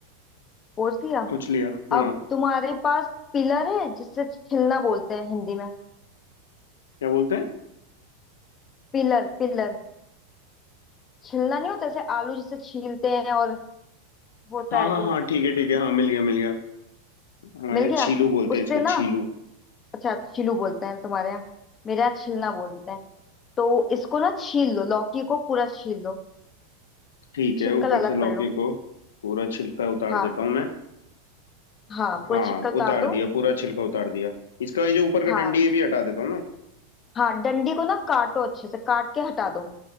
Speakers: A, on the left; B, on the left.
A: पोंछ दिया
B: पूछ लिया
A: अब
B: हाँ
A: तुम्हारे पास पिलर है जिससे छिलना बोलते हैं हिंदी में
B: क्या बोलते हैं
A: पिलर पिलर छिलना नहीं होता जैसे आलू जिसे छीलते हैं और होता
B: हाँ
A: है
B: हाँ
A: जो
B: हाँ ठीक है ठीक है हाँ मिल गया मिल गया हमारे
A: मिल
B: यहाँ
A: गया
B: छीलू बोलते
A: उससे
B: हैं इसको
A: ना
B: छीलू
A: अच्छा छिलू बोलते हैं तुम्हारे यहाँ मेरे यहाँ छिलना बोलते हैं तो इसको ना छील लो लौकी को पूरा छील लो
B: ठीक है
A: छिक्कल
B: ऊपर
A: अलग
B: से लौकी
A: कर लो
B: को पूरा छिलका उतार
A: हाँ
B: देता हूँ मैं
A: हाँ पूरा
B: हाँ
A: छिक्कल उतार
B: उतार
A: दो
B: दिया पूरा छिलका उतार दिया इसका ये जो ऊपर का
A: हाँ
B: डंडी ये भी हटा देता हूँ ना
A: हाँ डंडी को ना काटो अच्छे से काट के हटा दो